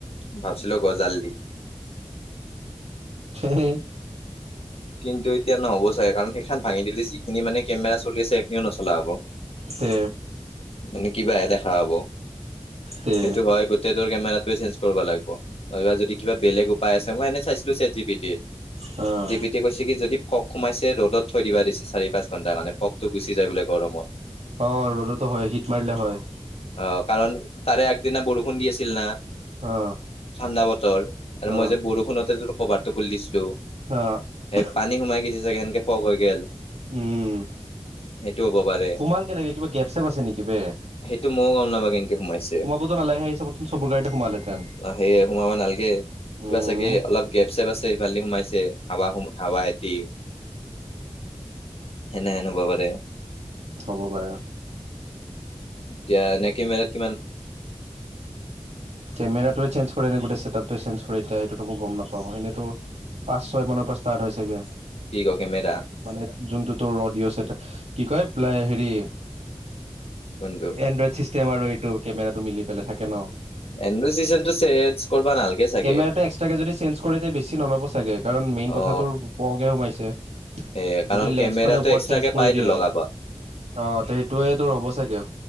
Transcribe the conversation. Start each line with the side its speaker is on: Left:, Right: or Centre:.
Left: ভাবছিলো গজাল দি
Right: হে <unintelligible>
Left: কিন্তু এতিয়া নহ'ব চাগে কাৰণ সেইখন ভাঙি দিলে যিখিনি মানে কেমেৰা চলি আছে সেইখিনিও নচলা হ'ব
Right: তে
Left: মানে কিবাহে দেখা হব
Right: তে
Left: সেইটো হয় গোটেই তোৰ কেমেৰাটোৱে চেঞ্জ কৰিব লাগিব। নহবা যদি কিবা বেলেগ উপায় আছে মই এনে চাইছিলো চেট জি বি টিত
Right: আহ।
Left: তেতিয়া কৈছে কি যদি ফগ সোমাইছে ৰ'দত থৈ দিবা দিছে চাৰি পাঁচ ঘণ্টাৰ কাৰণে ফকতটো গুচি যায় গৰমত
Right: অ', ৰ'দতো হয় হিট মাৰিলে হয়।
Left: অ', কাৰণ তাৰে আগদিনা বৰষুণ দি আছিল না।
Right: অ'
Left: ঠাণ্ডা বতৰ আৰু
Right: অ'
Left: মই যে বৰষুণতেৰ কভাৰটো খুলি দিছিলো।
Right: <unintelligible>
Left: সেই পানী সোমাই গৈছে চাগে সেনকে ফগ হৈ গল
Right: উম
Left: সেইটো টো হ'ব পাৰে
Right: সোমাল কেনেকে কিবা গেপ চেপ আছে নেকি বে
Left: সেইটো ময়ও গম নাপা সোমাইছে
Right: সোমাবতো নালাগে সেই হিচাপতচোন চবৰ গাড়ীতে সোমালহেঁতেন
Left: সেয় সোমাবা নালগে। কিবা
Right: উম
Left: চাগে অলপ গেপ চেপ আছে সিফালদি সোমাইছে। হাৱাম হাৱা হেতি সেনে হেন হ'ব পাৰে।
Right: হ'ব পাৰে।
Left: তেতিয়া নে কেমেৰা
Right: কেমেৰাটোয়ে চেঞ্জ কৰে নাই গোটে ছেটআপ এই চেঞ্জ কৰি দিয়া সেইটো তো মই গম নাপাওঁ এনেতো পাঁচ ছয় মানৰ পৰা ষ্টাৰ্ট হৈছে গে
Left: কি ক কেমেৰা
Right: মানে যোনটো তোৰ অডিও চেটেপ কি কয় হেৰি
Left: কোনটো
Right: এণ্ড্ৰইড ছিষ্টেম আৰু এই কেমেৰাটো মিলি পেলাই থাকে ন।
Left: এণ্ড্ৰইড চিচনটো চেঞ্জ কৰবা নালগে চাগে
Right: কেমেৰাটো এক্সট্ৰাকে যদি চেঞ্জ কৰি দে তেতিয়া বেছি নল'ব চাগে কাৰণ মেইন কথাটো
Left: অ'
Right: পহকৈ সোমাইছে।
Left: এ কাৰণ
Right: যদি লেন্সখনে
Left: কেমেৰাটো
Right: ওপৰত
Left: এক্সট্ৰাকে
Right: চেঞ্জ কৰি
Left: পাইতো
Right: দিয়ে।
Left: লগাব
Right: অ সেইটোয়ে তোৰ হ'ব চাগে।